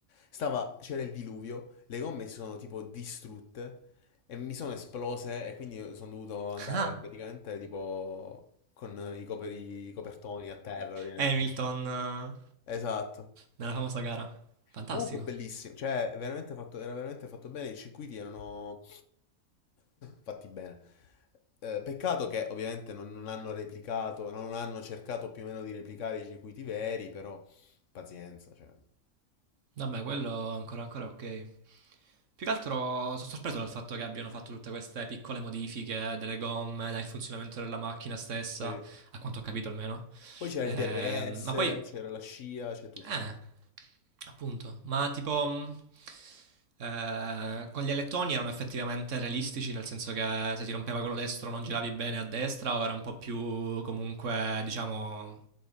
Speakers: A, on the left; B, on the right.
A: Stava, c'era il diluvio, le gomme si sono tipo distrutte e mi sono esplose e quindi sono dovuto andare
B: <laughs> Ah,
A: praticamente tipo con i, coperi- i copertoni a terra, ovviamente.
B: Hamilton eh,
A: Esatto.
B: nella famosa gara. Fantastico.
A: Comunque bellissimo, cioè veramente fatto, era veramente fatto bene, i circuiti erano fatti bene. Eh, peccato che ovviamente non, non hanno replicato, non hanno cercato più o meno di replicare i circuiti veri, però pazienza, cioè.
B: Vabbè, quello ancora, ancora ok. Più che altro sono sorpreso dal fatto che abbiano fatto tutte queste piccole modifiche delle gomme, dal funzionamento della macchina stessa,
A: Sì.
B: a quanto ho capito almeno.
A: Poi c'era
B: Ehm,
A: il DRS,
B: ma poi,
A: c'era la scia, c'è tutto.
B: eh, appunto, ma tipo, mh, eh, con gli alettoni erano effettivamente realistici, nel senso che se ti rompeva quello destro non giravi bene a destra o era un po' più comunque, diciamo,